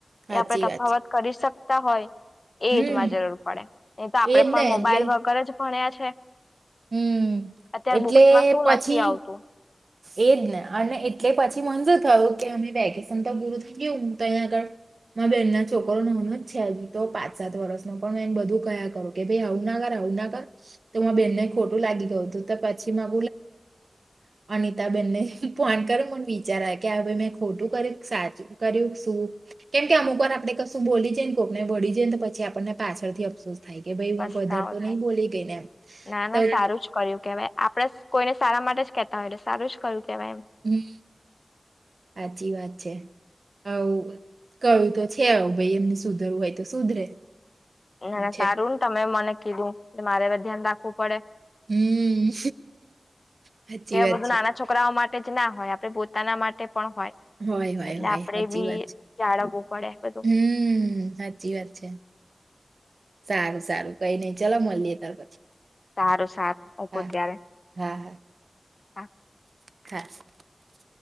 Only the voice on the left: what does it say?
એ આપણે તફાવત
કરી શકતા હોય.
એજમાં જરૂર પડે નહી તો આપડે
પણ
મોબાઈલ
વગર જ ભણ્યા છે.
અત્યારે
બુક્સમાં શું
નથી આવતું.
પસ્તાવો
થાય.
ના ના
સારું જ કર્યું કેવાય આપડ કોઈને સારા માટે જ કેતા હોય સારું જ કર્યું કેવાય એમ.
ના
ના
સારું ને તમે મને કીધું એટલે મારે ધ્યાન રાખવું પડે
કે
બધું
નાના છોકરાઓ માટે જ ના હોય આપડે પોતાના માટે પણ હોય
એટલે
આપડે
બી
જાળવવું પડે બધું.
સારું સારું મૂકું
ત્યારે
<inaudible>